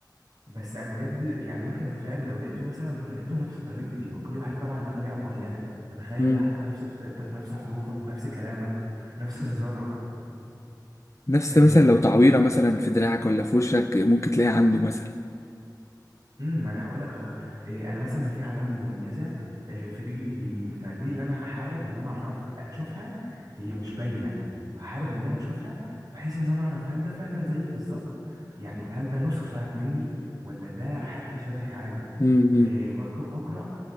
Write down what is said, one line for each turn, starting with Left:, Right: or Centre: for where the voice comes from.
Right: بس انا بجد يعني ممكن اترعب لو لقيته مثلا طريقته نفس طريقتي هو كل واحد طبعا ليه طريقة معينة فتخيل
Left: مم.
Right: ده حتى نفس طريقتك نفس حروفك نفس كلامك نفس هزارك
Left: نفس
Right: آه،
Left: مثلا لو
Right: ممكن
Left: تعويرة مثلا في دراعك ولا في وشك ممكن تلاقيها عنده مثلا
Right: امم ما انا هقول لك اهو إيه، انا مثلا في علامه مميزه إيه، في رجلي اليمين فدي اللي انا هحارب ان انا اعرفها اشوفها هي مش باينه هحارب ان انا اشوفها بحيث ان انا اعرف هل ده فعلا زيي بالظبط يعني هل ده نسخه مني ولا ده حد شبهي عادي
Left: مم.
Right: إيه، برضه هقرا